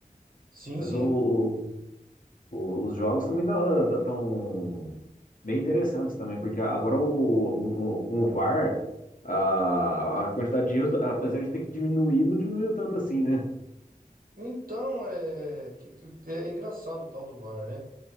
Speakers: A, on the right; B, on the left.
A: Sim,
B: Mas
A: sim.
B: o, o- o- os jogos também estão bem interessantes também, porque agora o, o- com o VAR, a, R, a a quantidade de erros, apesar de ter que diminuir, não diminuiu tanto assim, né?
A: Então, é, que, é engraçado o tal do VAR, né?